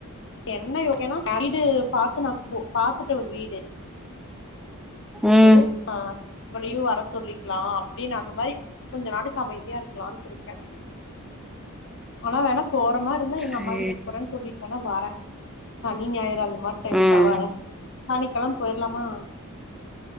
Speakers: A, on the left; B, in the centre.
A: என்ன ஒகே னா வீடு பாத்து நா போ பாத்துட்டே ஒரு வீடு
B: ம்
A: ந்து ஆஹ் அவ்வளையும் வர சொல்லிக்கலாம் அப்படின்னு அந்த மாரி கொஞ்ச நாளைக் அமைதியா இருக்கலாம்ட்டு இருக்கேன் ஆனா வேணா போற மாரி இருந்தா எங்க
B: சே
A: அம்மா வீட்டுக்கு போறேன்னு சொல்லிபோனா வரேன் சனி ஞாயிறும் அந்த மாரி டைம்ஸா
B: ம்
A: சனிக்கிழமை போயிரலாமா